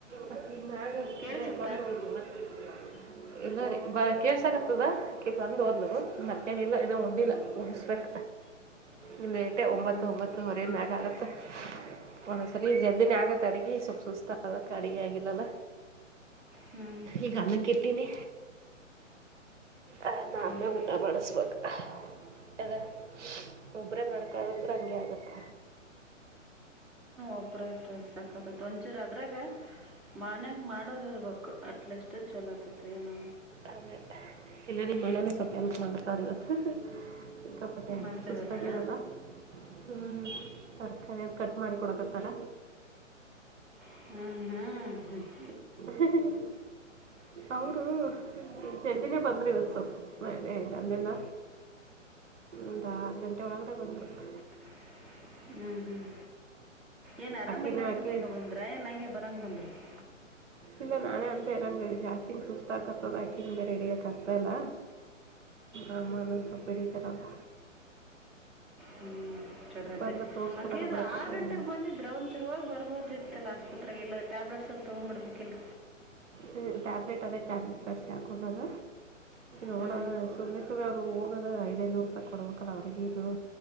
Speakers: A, on the right; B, in the centre.
A: ಮತ್ತಿ ಮ್ಯಾಗ
B: ಕೇಳಿಸುತ್ತಾ
A: ಅದೇ ಬಂದ್ ಹೋಗು ಮತ್ತೆ.
B: <unintelligible>
A: ಇಲ್ಲ ರೀ ಬ ಕೇಸಾಗತ್ತದ ಅದಕೆ ಬಂದು ಹೋದ್ಲು ಮತ್ತೇನಿಲ್ಲ ಏನ ಉಂಡಿಲ್ಲ ಮುಗಿಸ್ಬೇಕ.
B: <inaudible>
A: ಇ ಲೇಟೆ
B: ಹ್ಞೂ
A: ಒಂಬತ್ತು ಒಂಬತ್ತು ವರೆ ಮ್ಯಾಗ ಆಗತ್ತ. ಒಂದ್ಸರಿ ಜಲ್ದಿನೇ ಆಗತ್ತತ್ ಅಡಗೆ ಸ್ವಲ್ಪ್ ಸುಸ್ತ ಅದಕ ಅಡಗೆ ಆಗಿಲ್ಲಲ್ಲಾ.
B: ಹ್ಞೂ
A: ಈಗ ಅನ್ನ ತಿಂತೀನಿ ಆ ನಾನೇ
B: ಒಬ್ರು
A: ಊಟ ಮಾಡಿಸಬೇಕು ಹಾ. ಅದ ಸ್ಸ ಒಬ್ರೇ ಮಾಡ್ಕದಂದ್ರೆ ಹಂಗೆ ಆಗತ್ತ.
B: ಒಬ್ರ ಇದ್ರೆ ಸಾಕತ್ತ್ ಒಂಚೂರು ಅದ್ರಾಗ ಮನ್ಯಾಗ ಮಾಡೋರ್ ಇರ್ಬೇಕು ಅಟ್ಲೀಸ್ಟ್ ಚೋಲೋ ಆತತ ಏನ
A: ಅದೇ ಎಲ್ಲ ನಿಮ್ಮಣ್ಣನೇ ಸ್ವಲ್ಪ ಎಲ್ಪ್ ಮಾಡ್ತಾರ ಇವತ್ತು <unintelligible> ಮತ್ತೆ
B: ಮಾಡ್ತಿದಾರಾ
A: ಸುಸ್ತಾಗ್ಯದಲ್ಲ ಹ್ಞೂ ತರಕಾರಿ ಕಟ್ ಮಾಡಿಕೊಡಕತ್ತಾರ.
B: ಹ್ಮ್ ಹ್ಮ್ ಹ್ಮ್
A: ಹ ಹ್ಹ.
B: <inaudible>
A: ಅವರು ಜಲ್ದಿನೇ ಬಂದರು ಇವತ್ತು ಫ್ರೈಡೇ ಐತೆ ಅಲ್ಲೇನ ಒಂದು ಆರು ಗಂಟೆ ಒಳಗಡೆ ಬಂದ ಬಿಡತರ
B: <unintelligible> ಹ್ಮ್ ಹ್ಮ್ ಏನು ಆರಾಮಿಲ್ಲ
A: ಅಕ್ಕಿನೇ
B: ಅಂತ
A: ಹಾಕಿ
B: ಬೇಗ ಬಂದ್ರ ಏನು ಹಂಗೆ ಬರೋಂಗ ಬಂದ್ರ ಏ
A: ಇಲ್ಲ ನಾನೇ ಅಂತ ಇರಂಗೆ ಜಾಸ್ತಿ ಯಿಂಗ್ ಸುಸ್ತು ಆಕತ್ತದ ಹಾಕಿನ ಬೇರೆ ಇಡಿಯಕ ಆಗ್ತಾಯಿಲ್ಲ. ಆ ಮನ ಸ ಪಿಢಿ ತರ <inaudible>
B: ಹ್ಮ್ ಚರಿತೆ
A: ಬಂದು ತೋರಿಸ್ಕೊಂಡಾರ
B: ಅೇಳಿದ್ರ
A: ಬರೋಕೆ ಬರ್ತದೆ
B: ಆರ್ ಗಂಟೆಗೆ ಬಂದಿದ್ರೆ ಒಂತ <inaudible> ಚುರು ಹೊಗಿ ಬರ್ಬೋದಿತ್ತಿಲ್ ಆಸ್ಪತ್ರೆಗೆ ಇಲ್ಲ ಟ್ಯಾಬ್ಲೆಟ್ಸರ ತೊಗೊಂಬಡ್ಬಕಿಲ್
A: ಹ್ಮ ಟ್ಯಾಬ್ಲೆಟ್ ಅದೇ ಟ್ಯಾಬ್ಲೆಟ್ ಬೆರ್ಸಿ ಹಾಕೊಳದ ನೋಡಣ
B: ಹ್ಞೂ
A: ಸುಮ್ಮನೆ ಸುಮೆ ಅವರು ಹೋಗೋದು ಐದಐನೂರು ರೂಪಾಯಿ ಕೊಡ್ಬೇಕಲ್ಲ ಅವ್ರಗ ಇನು